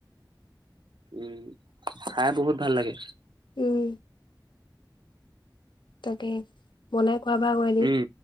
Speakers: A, on the right; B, on the left.
A: উম, খাই বহুত ভাল লাগে!
B: উম তাকে বনাই খোৱাবা ক এদিন।
A: উম